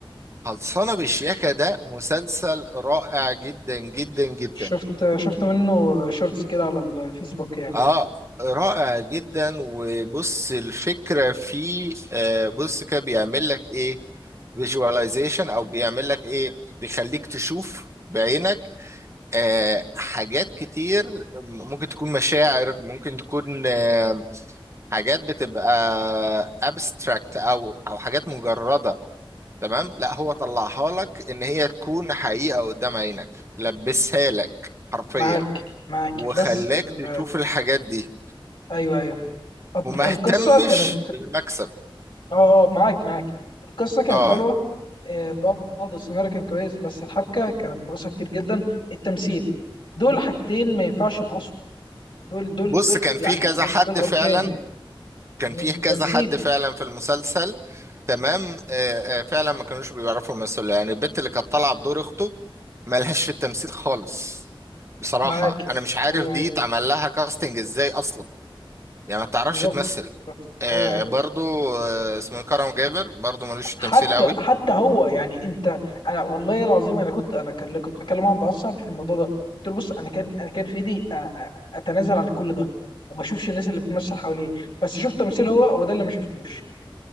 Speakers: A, on the right; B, on the left.
A: خلصانة بالشياكة ده مسلسل رائع جدا جدا جدا
B: شفت شفت منه شورتس كده على الفيسبوك يعني
A: اه رائع جدا وبص الفكرة فيه آه بص كده بيعمل لك ايه فيجواليزيشن او بيعمل لك ايه بيخليك تشوف بعينك آه حاجات كتير ممكن تكون مشاعر ممكن تكون آه، حاجات بتبقى abstract او او حاجات مجرده تمام لا هو طلعها لك ان هي تكون حقيقه قدام عينك لبسها لك حرفيا
B: معاك معاك
A: وخلاك
B: بس ال...
A: تشوف الحاجات دي
B: ايوه ايوه
A: وما
B: القصه
A: اهتمش
B: كانت
A: بالمكسب
B: اه آه، معاك معاك القصه كانت
A: اه
B: حلوه آه، بعض بعض السيناريو كان كويس بس الحبكه كانت ناقصه كتير جدا التمثيل دول حاجتين ما ينفعش ينقصوا دول دول
A: بص
B: دول
A: كان في
B: يعني
A: كذا
B: دول
A: حد
B: دول اركان
A: فعلا كان
B: يعني
A: فيه كذا
B: التمثيل
A: حد فعلا في المسلسل تمام آه، آه، فعلا ما كانوش بيعرفوا يمثلوا يعني البت اللي كانت طالعه بدور اخته مالهاش في التمثيل خالص بصراحه
B: معاك
A: انا مش عارف
B: ايوه
A: دي
B: ايوه
A: اتعمل لها كاستنج ازاي اصلا يعني ما تعرفش
B: بالظبط
A: تمثل
B: بالظبط
A: آه،
B: ايوه ايوه
A: برضو آه، اسمه إيه، كرم جابر برضو ملوش في
B: حتى
A: التمثيل قوي
B: حتى هو يعني انت انا والله العظيم انا كنت انا كان كنت بكلم واحد صاحبي في الموضوع ده قلت له بص انا كان انا كان في ايدي أ- أ- اتنازل عن كل ده وما اشوفش الناس اللي بتمثل حواليه بس شفت تمثيل هو وده اللي ما شفتوش